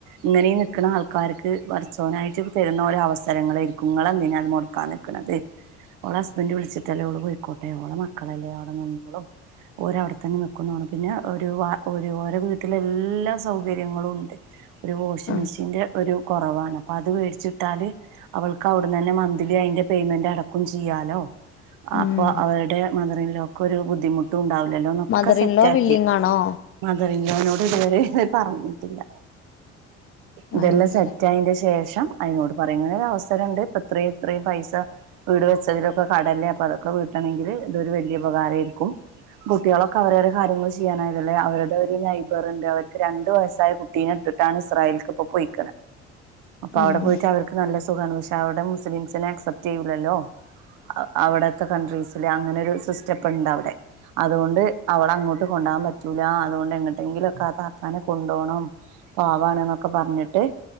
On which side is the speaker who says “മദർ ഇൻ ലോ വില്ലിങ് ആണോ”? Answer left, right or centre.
Left